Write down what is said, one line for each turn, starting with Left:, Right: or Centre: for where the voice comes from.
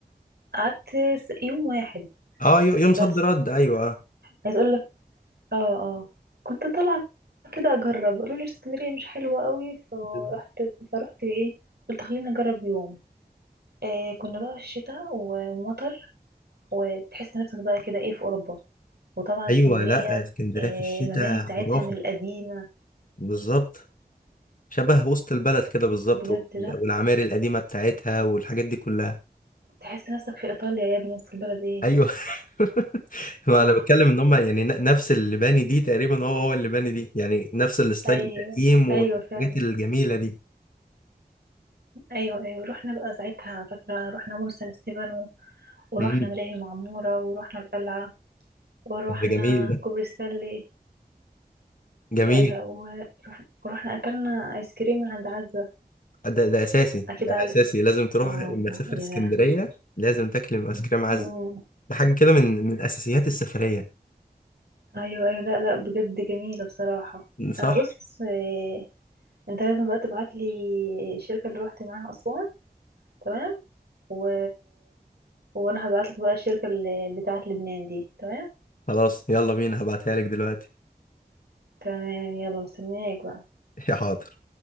Right: قعدت س- يوم واحد
Left: اه يو- يوم
Right: بس
Left: صد رد ايوه آه.
Right: عايزة اقول لك اه اه كنت طالعة كده اجرب قالوا لي اسكندرية مش حلوة قوي فرحت
Left: <laughs>
Right: فرحت ايه قلت خليني اجرب يوم إيه كنا بقى في الشتاء و- ومطر وتحس نفسك بقى كده ايه في اوروبا وطبعا اسكندرية
Left: ايوه لا اسكندريه
Right: إيه
Left: في الشتاء
Right: المباني بتاعتها
Left: خرافه
Right: من القديمة
Left: بالظبط شبه وسط البلد كده بالظبط
Right: بجد
Left: وال-
Right: لا
Left: والعماير القديمه بتاعتها والحاجات دي كلها
Right: تحس نفسك في ايطاليا يا ابني وسط البلد ايه
Left: ايوه <laughs> ما
Right: صح
Left: انا بتكلم ان هم يعني ن- نفس اللي باني دي تقريبا هو هو اللي باني دي يعني نفس الستايل
Right: ايوه
Left: القديم والحاجات
Right: ايوه فعلا
Left: الجميله دي
Right: ايوه ايوه رحنا بقى ساعتها فاكره رحنا مول سان ستيفانو ورحنا
Left: امم
Right: ملاهي المعموره ورحنا القلعه ورحنا
Left: ده جميل
Right: كوبري ستانلي
Left: جميل
Right: لا لا ورحنا, ورحنا اكلنا ايس كريم من عند عزه
Left: آه، ده, ده اساسي
Right: اكيد
Left: ده
Right: عارف
Left: اساسي لازم تروح
Right: اه
Left: لما
Right: ف- يا
Left: تسافر اسكندريه
Right: لهوي
Left: لازم تاكل ايس كريم عزه
Right: أمم.
Left: ده حاجه كده من من اساسيات السفريه
Right: ايوه ايوه لا لا بجد جميله بصراحه
Left: صح
Right: انا بص إيه، انت لازم بقى تبعت لي الشركه اللي روحت معاها اسوان تمام و... وانا هبعتلك بقى الشركة اللي بتاعت لبنان دي تمام
Left: خلاص يلا بينا هبعتها لك دلوقتي
Right: تمام يلا مستنياك بقى
Left: <laughs> يا حاضر